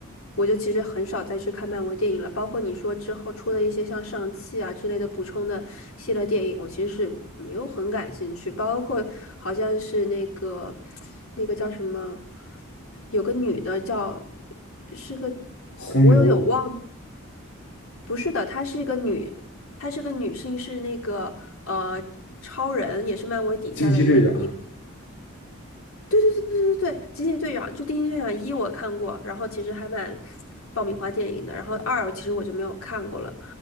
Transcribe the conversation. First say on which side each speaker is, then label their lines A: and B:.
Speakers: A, on the left (about 70°); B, on the left (about 55°).
A: 我就其实很少再去看漫威电影了，包括你说之后出的一些像上汽啊之类的补充的系列电影，我其实是没有很感兴趣。包括好像是那个那个叫什么，有个女的叫是个，
B: 红牛、
A: 我有点忘了，不是的，她是一个女，她是个女性，是那个呃超人，也是漫威底下的一个一个
B: 惊奇队长
A: 对对对对对对，惊奇队长就惊奇队长一我看过，然后其实还蛮爆米花电影的，然后二其实我就没有看过了，